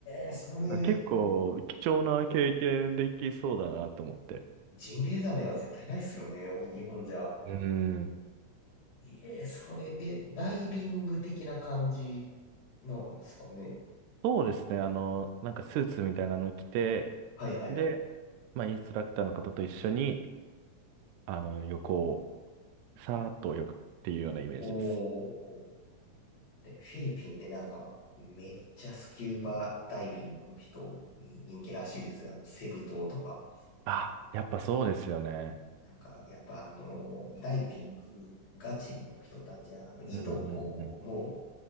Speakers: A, on the left; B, on the right.
A: えーそれ、
B: なんか結構貴重な経験できそうだなと思って。
A: ジンベエザメは絶対ないですよね、日本じゃ。
B: うん。
A: ええーそれ、え、ダイビング的な感じなんですかね。
B: そうですね。あの、なんかスーツみたいなの着て、
A: はいはいはいはい。
B: で、まあインストラクターの方と一緒に、あの、横をさーっと泳ぐっていうようなイメージです。
A: おー。で、フィリピンってなんか、めっちゃスキューバダイビングの人に人気らしいですよ。あの、セブ島とか。
B: あ、やっぱそうですよね。
A: なんか、やっぱあの、ダイビングガチの人たちは、あの、いとこの
B: うんうんうん。